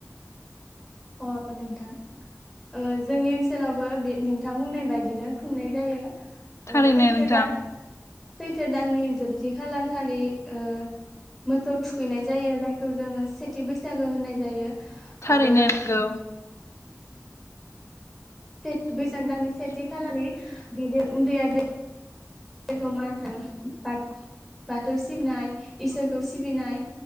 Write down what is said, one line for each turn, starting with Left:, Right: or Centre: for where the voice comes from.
Centre: अ नोंथां ओ जोंनि ओनसोलावबो बे नोंथां बुंनाय बायदिनो खुंनाय जायो ओ
Left: थारैनो
Centre: सैथो
Left: नोंथां
Centre: दान सैथो दाननि जोबथि खालार खालि ओ मोसौ थुखैनाय जायो जायखौ जोङो सेथि बैसागो होननाय जायो।
Left: थारैनो
Centre: आरो
Left: नोंगौ
Centre: सेथ बै साग दाननि सेथि खालारनि गेदेर उन्दैया गे देरखौ मान हो बाथ-बाथौ सिबिनाय इसोरखौ सिबिनाय